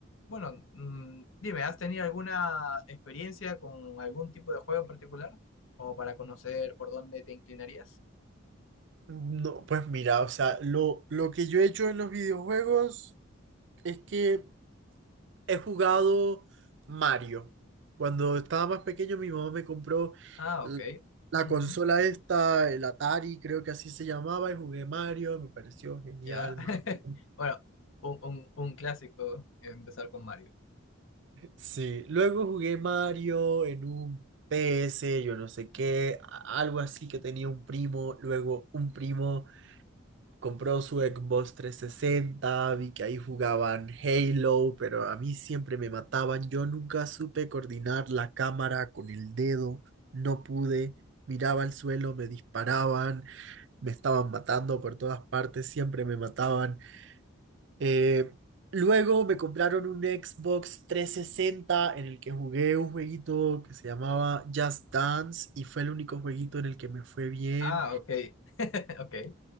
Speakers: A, on the left; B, on the right.
A: bueno, mm, dime, ¿has tenido alguna experiencia con algún tipo de juego en particular? Como para conocer por dónde te inclinarías.
B: no, pues mira, o sea, lo, lo que yo he hecho en los videojuegos es que he jugado Mario. Cuando estaba más pequeño, mi mamá me compró
A: Ah, ok.
B: l- la
A: <clears throat>
B: consola esta, el Atari, creo que así se llamaba, y jugué Mario, me pareció genial,
A: Ya. <laughs>
B: Mario.
A: Bueno, un, un, un clásico empezar con Mario.
B: Sí, luego jugué Mario en un PS, yo no sé qué, a- algo así que tenía un primo, luego un primo compró su Xbox 360, vi que ahí jugaban Halo, pero a mí siempre me mataban, yo nunca supe coordinar la cámara con el dedo, no pude, miraba al suelo, me disparaban, me estaban matando por todas partes, siempre me mataban. Eh, luego me compraron un Xbox trescientos sesenta en el que jugué un jueguito que se llamaba Just Dance y fue el único jueguito en el que me fue bien.
A: Ah, ok. <laughs> Ok.